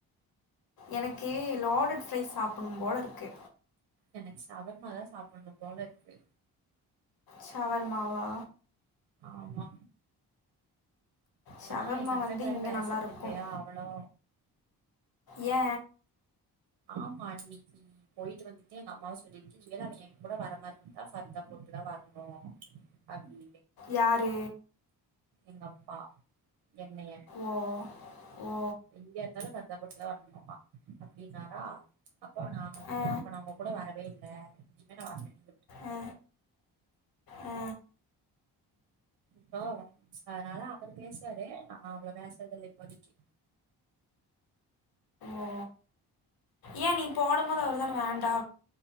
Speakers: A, on the left (about 60°); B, on the right (about 75°).
A: எனக் லடோட் ஃப்ரைஸ் சாப்பணும் போல இருக்கு
B: எனக் சவர்மா தா சாப்புன்னு போல இருக்கு
A: சவர்மா வா
B: ஆமா
A: ஷவர்மா
B: அனா எங் அத்தாட்ட
A: வந்து
B: வேற
A: இங்கே
B: பேஸ்றது
A: நல்லாயிருக்கும்
B: இல்லயா அவளோ
A: ஏ
B: ஆமா அன்னிக்கீ போயிட்டு வந்துட்டு எங்க அம்மாவு சொல்லிருக்கி நீ இங்க தா அவ எங் கூட வர மா இருந்தா ஃபர்தா போட்டுதா வர்ணூ அப்டி
A: யாரூ
B: உங்கப்பா என்னெய
A: ஓ ஓ
B: எங்க இருந்தாலு ஃபார்தப் போட்டு தா வர்னும்மா அப்பிடீன் நாரா அப்போ நா வந்துட்
A: ஆ
B: அப்போ நா உங்க கூட வரவே இல்ல இங்கன வாங்குநேனே
A: ஆ ஆ
B: ப்போ ம்ச் அதனால அவுரு பேசுவாரு நா அவ்ளோ பேசுரதில்ல இப்பொதிக்கு
A: ஓ ஏ நி போடும் போது அவர்தானே வேண்டா